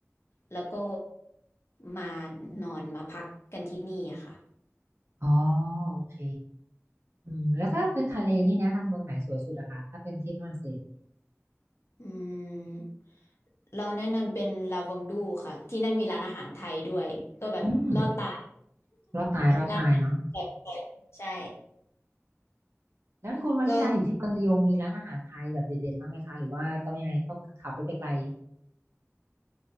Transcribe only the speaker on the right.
อ๋อโอเคอืมแล้วถ้าเป็นทะเลนี่แนะนำเมืองไหนสวยสุดอะคะถ้าเป็นที่ฝรั่งเศส
อืมรอดตายรอดตายเนาะ
แล้วที่คุณวานิดาอยู่ที่เมืองลียงมีร้านอาหารไทยแบบเด็ดๆบ้างไหมคะหรือว่าต้องยังไงต้องขับรถไปไกล